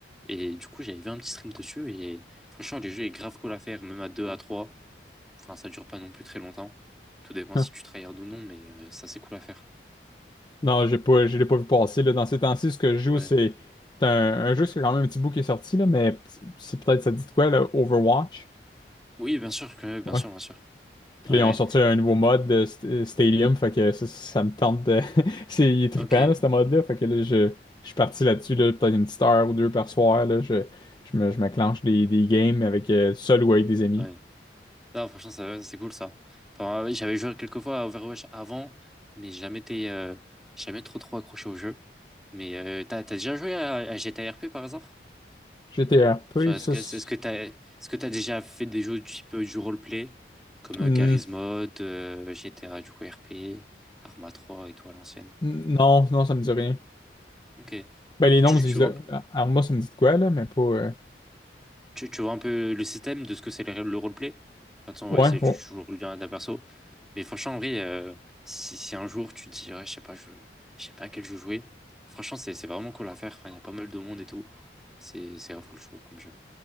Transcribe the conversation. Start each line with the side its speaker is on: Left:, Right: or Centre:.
Centre: Et du coup, j'avais vu un petit stream dessus et franchement, le jeu est grave cool à faire, même à 2 à trois Enfin, ça dure pas non plus très longtemps. Tout dépend
Left: Ah.
Centre: si tu tryhard ou non, mais euh, ça, c'est cool à faire.
Left: Non, j'ai pas, je l'ai pas vu passer, là. Dans ces temps-ci, ce que je joue,
Centre: Ouais.
Left: c'est. C'est un, un jeu, c'est quand même un petit bout qui est sorti, là, mais c'est peut-être, ça te dit de quoi, là? Overwatch?
Centre: Oui, bien sûr que, bien
Left: Ouais.
Centre: sûr, bien sûr.
Left: Puis
Centre: Ouais,
Left: là,
Centre: ouais.
Left: ils ont sorti un nouveau mode de st- euh, Stadium, fait que ça, ça me tente de... <laughs> C'est, il est
Centre: Ok.
Left: trippant, là, ce mode-là, fait que là, je, je suis parti là-dessus, là, peut-être une petite heure ou deux par soir, là, je, je me, je m'acclenche des, des games avec, euh, seul ou avec des amis.
Centre: Ouais. Non, franchement, ça- c'est cool ça. Enfin, ouais, j'avais joué quelques fois à Overwatch avant, mais jamais été, euh, jamais trop trop accroché au jeu. Mais euh, t'as, t'as déjà joué à, à GTA RP par hasard?
Left: GTRP,
Centre: Genre, Est-ce
Left: ça,
Centre: que,
Left: c'est-
Centre: est-ce que t'as, est-ce que t'as déjà fait des jeux du type euh, du roleplay, comme
Left: Hmm,
Centre: euh, Garry's Mod, euh, GTA du coup RP, Arma 3 et tout à l'ancienne?
Left: non, non, ça me dit rien.
Centre: Ok.
Left: Ben, les noms,
Centre: Tu,
Left: me disent-
Centre: tu,
Left: Arma, ça me dit de quoi, là, mais pas... euh,
Centre: Tu, tu vois un peu le système de ce que c'est le, le roleplay? Enfin, de toute façon,
Left: Ouais,
Centre: ouais, c'est, tu
Left: ouais.
Centre: tu joues le bien d'un perso. Mais franchement, en vrai, euh, si, si un jour tu te dis, ouais, je sais pas, je, je sais pas à quel jeu jouer, franchement, c'est c'est vraiment cool à faire. Enfin, il y a pas mal de monde et tout. C'est c'est grave cool, je trouve, comme jeu.